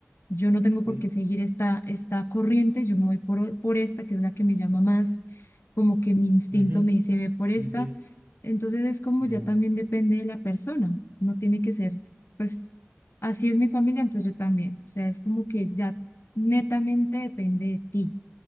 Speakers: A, on the left (about 65°); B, on the right (about 80°).
A: yo no tengo
B: sí.
A: por qué seguir esta, esta corriente, yo me voy por, por esta, que es la que me llama más, como que mi instinto
B: Ujú,
A: me dice, ve por
B: Sí,
A: esta.
B: sí.
A: Entonces es como
B: Eh,
A: ya también depende de la persona, no tiene que ser, pues, así es mi familia, entonces yo también. O sea, es como que ya netamente depende de ti